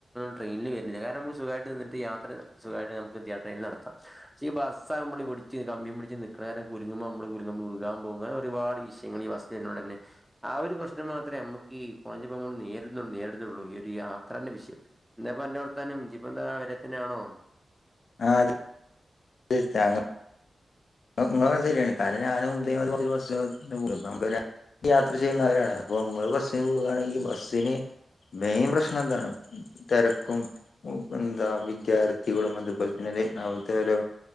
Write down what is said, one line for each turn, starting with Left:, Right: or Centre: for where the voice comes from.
Centre: ട്രെനിൽ വരുന്നില്ല കാരണം മ്മക്ക് സുഖായിട്ട് നിന്നിട്ട്‌ യാത്ര സുഖായിട്ട് നമുക്ക് എന്ത്യ്യാ ട്രെനിൽ നടത്താം പക്ഷെ ഈ ബസാ നമ്മൾ പിടിച്ച് കമ്പിയും പിടിച്ച് നൽക്കണ നേര കുലുങ്ങുമ്പോൾ നമ്മൾ കുലുങ്ങുമ്പൾ വികാൻ പോകും അങ്ങെ ഒരുപാട് വിഷയൾ ഈ ബസിനോട് തന്നെ ആ ഒരു പ്രശ്നം മാത്രമേ നമ്മുക്ക് ഈ കോളേജി പോക്കുമ്പോൾ നേരിള്ളൂ നേരിടുന്നുള്ളൂ ഈ ഒരു യാത്രന്റെ വിഷയം എന്താപ്പ അന്നോർത്താനും ജിപ്പം എന്താ അവരെ തന്നെണോ
Left: ആഹ അത <unintelligible> ങ്ങ ശരിയാണ് കാരണം ഞാനും <unintelligible> നമുക്ക യാത്ര ചെയ്യുന്നവരാണ് അപ്പൊ നമ്മള് ബസ്സിന് പോവുകയാണെങ്കിൽ ബസ്സിന് മെയിൻ പ്രശ്നം എന്താണ് തിരക്കും എന്താ വിദ്യാർത്ഥികളും അതുപോലെ തന്നെ അവിടുത്തെ ഓരോ